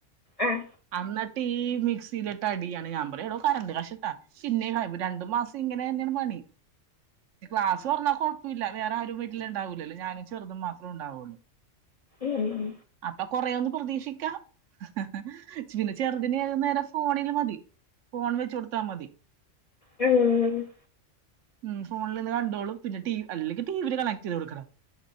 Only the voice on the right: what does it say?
അന്നട്ടീ മിക്സിയിലിട്ട ടിയാണ് ഞാൻ പറയടോ കറണ്ട് കാശ്ട്ടാ ചിന്നേഹായ് രണ്ടു മാസം ഇങ്ങനെ തന്നെയാണ് പണി ക്ലാസ് തൊറന്നൽ കൊഴപ്പല്ല വേറെ ആരും വീട്ടിലിൽ ഉണ്ടാവില്ലല്ലോ ഞാനും ചെറുതും മാത്രം ഉണ്ടാവയുള്ളൂ
അപ്പൊ കൊറയുവെന്ന് പ്രതീക്ഷിക്കാം ഹ്ഹ് ഹ പിന്നെ ചെറുതിന് ഏത് നേരവും ഫോണില് മതി ഫോൺ വെച്ച് കൊടുത്താമതി
ഉം ഫോണിലിരുന്ന് കണ്ടോളും പിന്നെ ടി അല്ലെങ്കിൽ ടി വി ല് കണക്ട് ചെയ്ത് കൊടുക്കണം